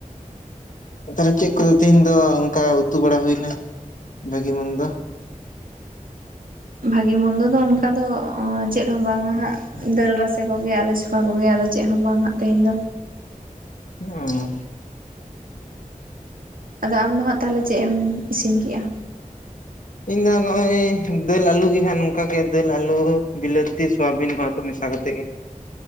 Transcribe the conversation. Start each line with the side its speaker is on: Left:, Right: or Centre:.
Left: ᱛᱟᱦᱚᱞᱮ ᱪᱮᱫ ᱠᱚᱫᱚ ᱛᱮᱦᱤᱧ ᱫᱚ ᱚᱝᱠᱟ ᱩᱛᱩ ᱵᱟᱲᱟ ᱦᱩᱭ ᱱᱟ ᱵᱷᱟᱜᱤ ᱢᱚᱱᱫᱚ᱾
Right: ᱵᱷᱟᱜᱤ ᱢᱚᱱᱫᱚ ᱫᱚ ᱚᱱᱠᱟ ᱫᱚ ᱪᱮᱫ ᱦᱚᱸ ᱵᱟᱝᱟ ᱦᱟᱸᱜ ᱫᱟᱹᱞ ᱨᱟᱥᱮ ᱠᱚᱜᱮ ᱟᱞᱚ ᱪᱚᱠᱟ ᱠᱚᱜᱮ ᱟᱞᱚ ᱪᱮᱫ ᱦᱚᱸ ᱵᱟᱝ ᱦᱟᱜ ᱛᱮᱦᱮᱧ ᱫᱚ᱾
Left: ᱚᱸ᱾
Right: ᱟᱫᱚ ᱟᱢ ᱫᱚ ᱦᱟᱸᱜ ᱛᱟᱦᱚᱞᱮ ᱪᱮᱫ ᱮᱢ ᱤᱥᱤᱱ ᱠᱮᱜᱼᱟ?
Left: ᱤᱧ ᱫᱚᱜ ᱱᱚᱜᱼᱚᱭ ᱫᱟᱹᱞ ᱟᱞᱩ ᱜᱮᱦᱟᱸᱜ ᱱᱚᱝᱠᱟ ᱜᱮ ᱫᱟᱹᱞ ᱟᱞᱩ ᱵᱤᱞᱟᱹᱛᱤ ᱥᱳᱣᱟᱵᱤᱱ ᱱᱚᱣᱟ ᱠᱚ ᱢᱤᱥᱟ ᱠᱟᱛᱮ ᱜᱮ